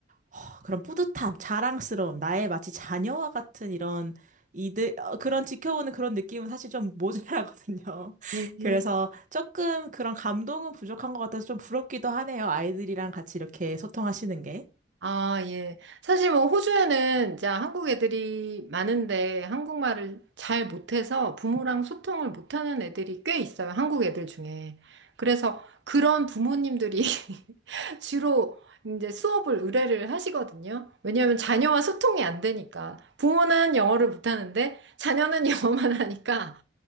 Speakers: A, on the right; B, on the right.
A: 어, 그런 뿌듯함, 자랑스러움, 나의 마치 자녀와 같은 이런 이들 어, 그런 지켜보는 그런 느낌은 사실 좀 모자라거든요. <laughs>
B: <laughs>
A: 그래서 조금 그런 감동은 부족한 것 같아서 좀 부럽기도 하네요. 아이들이랑 같이 이렇게 소통하시는 게.
B: 아, 예. 사실 뭐 호주에는 이제 한국 애들이 많은데 한국말을 잘 못해서 부모랑 소통을 못하는 애들이 꽤 있어요. 한국 애들 중에. 그래서 그런 부모님들이 <laughs> 주로 이제 수업을 의뢰를 하시거든요. 왜냐하면 자녀와 소통이 안 되니까. 부모는 영어를 못하는데 자녀는 <laughs> 영어만 하니까